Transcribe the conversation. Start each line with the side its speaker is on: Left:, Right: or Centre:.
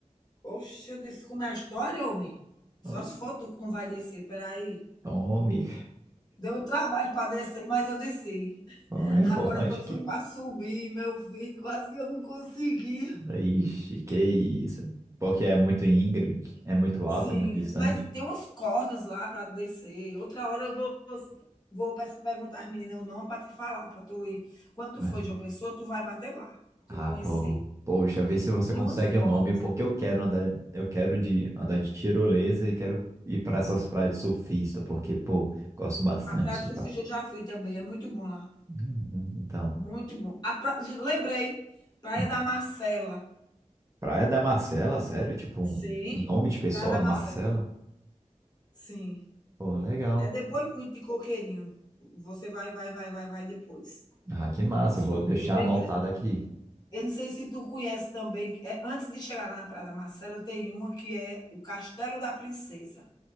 Left: Oxe, eu disse: "Como é a história, homem? Só
Right: Ó,
Left: se for tu que não vai descer, espera aí".
Right: Tome.
Left: Deu um trabalho para descer, mas eu desci.
Right: Ó, É
Left: Agora
Right: importante
Left: quando
Right: que
Left: foi para subir, meu filho, quase que eu não consegui.
Right: Ixi, que isso. Porque é muito íngreme, é muito alto,
Left: Sim,
Right: é muito distante.
Left: mas tem umas cordas lá para descer. Outra hora eu vou vou pes perguntar às meninas o nome para te falar, para tu ir. Quando tu
Right: né?
Left: for de uma Pessoa, tu vai bater lá, pra tu
Right: Ah,
Left: conhecer.
Right: pô. Poxa, vê se você
Left: Tem
Right: consegue
Left: umas cordas.
Right: o nome, porque eu quero andar, eu quero de andar de tirolesa e quero ir para essas praias de surfista, porque, pô, gosto bastante
Left: A Praia
Right: de surfar.
Left: do Surfista eu já fui também, é muito bom lá,
Right: Uhum, Então,
Left: muito bom. A pra ge lembrei, Praia
Right: hum,
Left: da Marcela.
Right: Praia da Marcela, sério? Tipo, um
Left: Sim,
Right: nome de pessoa,
Left: Praia da Marcela.
Right: Marcela?
Left: Sim.
Right: Pô, legal.
Left: É depois muito de Coqueirinho. Você vai, vai, vai, vai, vai depois.
Right: Ah, que massa,
Left: Passa
Right: eu vou
Left: uma
Right: deixar
Left: curva bem
Right: anotado
Left: grande
Right: aqui.
Left: Eu não sei se tu conhece também, que é, antes de chegar lá na Praia da Marcela, tem uma que é o Castelo da Princesa.